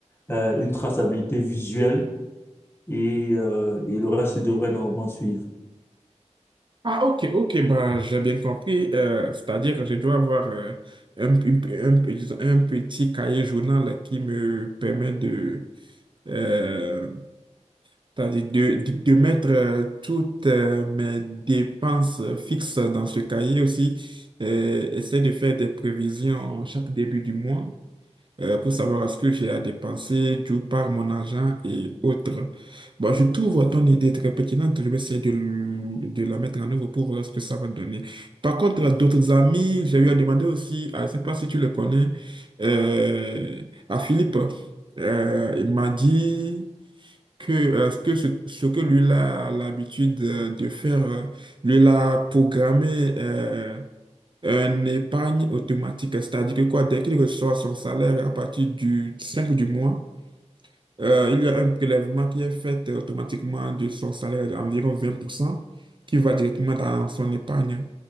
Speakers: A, on the left (about 20°); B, on the right (about 40°).
A: euh, une traçabilité visuelle et, euh, et le reste devrait normalement suivre.
B: Ah, ok, ok, bah, j'ai bien compris. Euh, c'est-à-dire que je dois avoir euh, un, un- un- p- disons, un petit cahier journal qui me permet de, euh, c'est-à-dire de, de, de mettre euh, toutes euh, mes dépenses fixes dans ce cahier aussi. Euh, essayer de faire des prévisions chaque début du mois euh, pour savoir est-ce que j'ai à dépenser d'où part mon argent et autres. Bon, je trouve ton idée très pertinente. Je vais essayer de, l- de la mettre en œuvre pour voir ce que ça va donner. Par contre, à d'autres amis, j'ai eu à demander aussi, à- je ne sais pas si tu le connais, euh, à Philippe. Euh, il m'a dit que, euh, ce que ce, ce que lui a l'habitude euh, de faire, euh, lui l'a programmé euh, un épargne automatique, c'est-à-dire que quoi, dès qu'il reçoit son salaire à partir du 5 du mois, euh, il y a un prélèvement qui est fait euh, automatiquement de son salaire d'environ 20% qui va directement dans son épargne.